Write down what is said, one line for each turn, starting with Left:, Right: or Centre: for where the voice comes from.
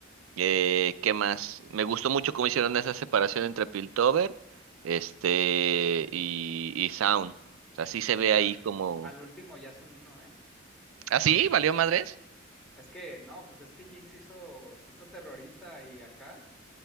Right: Eh, ¿qué más? Me gustó mucho cómo hicieron esa separación entre Piltover, este, y, y Sound. O sea, sí se ve
Centre: Pero
Right: ahí como...
Centre: al último ya son uno, ¿eh?
Right: ¿Ah, sí? ¿Valió madres?
Centre: Es que, no, pues es que Jinx hizo, se hizo terrorista y acá.